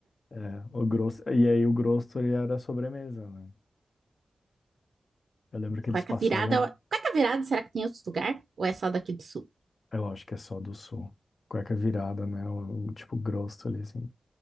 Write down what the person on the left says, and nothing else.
É, o grosso, e aí o Grostoli era a sobremesa, né? Eu lembro que
eles passavam,
eu acho que é só do sul, cueca virada, né? O, o tipo Grostoli, assim.